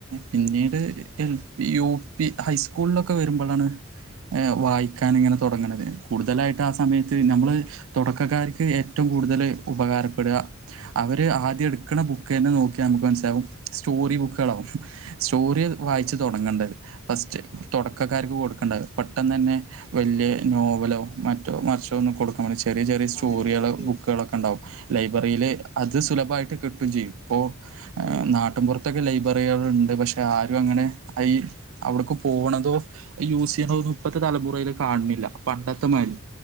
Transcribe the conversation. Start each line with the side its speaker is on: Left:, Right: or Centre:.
Right: പിന്നീട് ഏഹ് എൽ പി യു പി ഹൈസ്കൂളൊക്കെ വരുമ്പോളാണ്ഏഹ് വായിക്കാനിങ്ങനെ തുടങ്ങണത് കൂടുതലായിട്ട് ആ സമയത്ത് ഞമ്മള് തുടക്കക്കാർക്ക് ഏറ്റവും കൂടുതൽ ഉപകാരപ്പെടുക അവര് ആദ്യം എടുക്കണ ബുക്ക് തന്നെ നോക്കിയാ നമുക്ക് മനസ്സിലാവും സ്റ്റോറി ബുക്കുകളവും സ്റ്റോറി വായിച്ചു
Left: അതെ
Right: തുടങ്ങേണ്ടത് ഫസ്റ്റ് തുടക്കക്കാർക്ക്
Left: ഉം
Right: കൊടുക്കേണ്ട പെട്ടെന്ന് തന്നെ
Left: ഉം
Right: വലിയ
Left: ഉം
Right: നോവലോ മറ്റ മ മച്ചോ ഒ കൊടുക്കൻ ചെറിയ ചെറിയ സ്റ്റോറികള്
Left: അതെ അതെ അതെ
Right: ബുക്കുകുകളൊക്കെ ഉണ്ടാവും ലൈബ്രറിയില് അത് സുലഭമായിട്ട് കിട്ടും ചെയ്യും ഇ
Left: ഉം
Right: നാട്ടൻപുറ ഇക്കെ ലൈബ്രറികൾ ഉണ്ട് പക്ഷെ ആ അങ്ങനെ അവിടക്ക് പോകണതോ യൂസ് ചെയ്യണതോ ഒന്നും ഇപ്പഴത്തെ തലമുറയിൽ കാണുന്നില്ല പണ്ടത്തെ മാതിരി